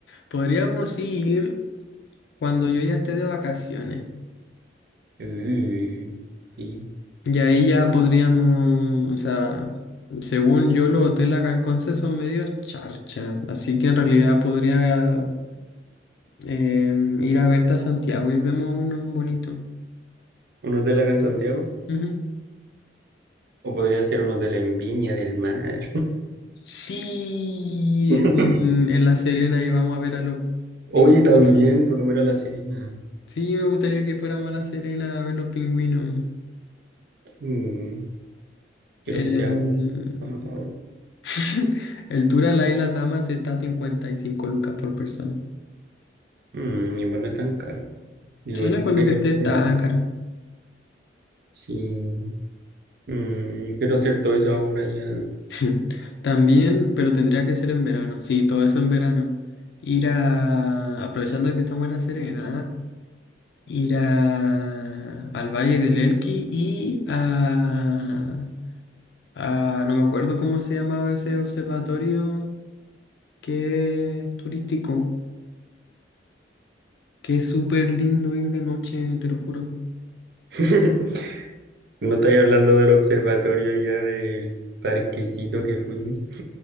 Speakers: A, on the left (about 70°); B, on the right (about 60°).
A: Podríamos ir cuando yo ya esté de vacaciones.
B: Uh, sí.
A: Y ahí ya podríamos, o sea, según yo, los hoteles acá en Conce son medios charcha, así que en realidad podría em, ir a verte a Santiago y vemos uno bonito.
B: ¿Un hotel acá en Santiago?
A: Ujú.
B: O podría ser un hotel en Viña del Mar.
A: Sí,
B: <laughs>
A: en, en La Serena y vamos a ver a los pingüinos.
B: Oye, también, por lo menos La Serena.
A: Sí, me gustaría que fuéramos a La Serena a ver los pingüinos.
B: Mm, quiero
A: El,
B: que sea ahora. Vamos ahora.
A: <laughs> el tour a la Isla Damas está a 55 lucas por persona.
B: Mm, igual no es tan caro. Digo
A: Sí,
B: yo,
A: no cuando
B: pero,
A: que esté
B: pero,
A: tan caro.
B: sí. Mm, quiero hacer todo eso ahora ya.
A: <laughs> También, pero tendría que ser en verano. Sí, todo eso en verano. Ir a, aprovechando que estamos en La Serena, ir a, al Valle del Elqui y a, a, no me acuerdo cómo se llamaba ese observatorio que es turístico, que es súper lindo ir de noche, te lo juro.
B: <laughs> No estoy hablando del observatorio ya del parquecito que fuimos.